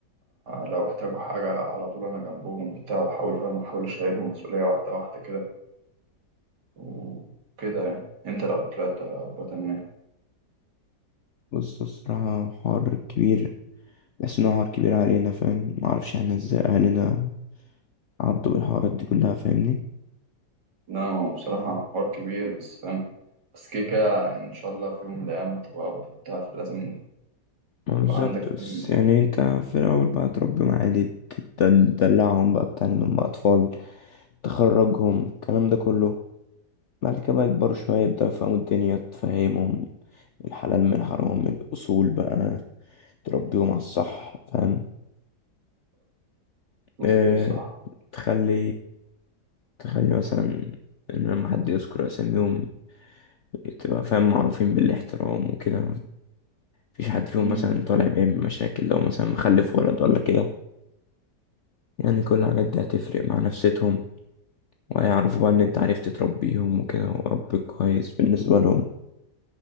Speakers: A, on the right; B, on the left.
A: لو احتاجوا حاجه على طول انا جنبهم وبتاع واحاول فاهم احاول اشيلهم مسؤوليه واحده واحده كده وكده يعني انت لو طلعت ابويا تعمل ايه
B: بص الصراحة حوار كبير بحس إنه حوار كبير علينا فاهم معرفش احنا ازاي أهلنا عدوا بالحوارات دي كلها فاهمني
A: لا ما هو بصراحه حوار كبير بس فاهم بس كده كده ان شاء الله في يوم من الايام هتبقى اب وبتاع فلازم
B: ما
A: يبقى
B: بالظبط
A: عندك فاهم
B: بس يعني انت في الأول بقى تربيهم عادي تد- تدلعهم بقى بتعملهم بقى أطفال تخرجهم الكلام ده كله بعد كده بقى يكبروا شوية يبدأوا يفهموا الدنيا تفهمهم الحلال من حرام الأصول بقى تربيهم على الصح فاهم
A: شوف
B: اه
A: ايه الصح
B: تخلي تخلي مثلا إن لما حد يذكر أساميهم تبقى فاهم معروفين بالاحترام وكده مفيش حد فيهم
A: امم
B: مثلا طالع بيعمل مشاكل لو مثلا مخلف ولد ولا كده يعني كل الحاجات دي هتفرق مع نفسيتهم ويعرفوا بقى ان
A: أمم.
B: انت عرفت تربيهم وكده واب كويس بالنسبة لهم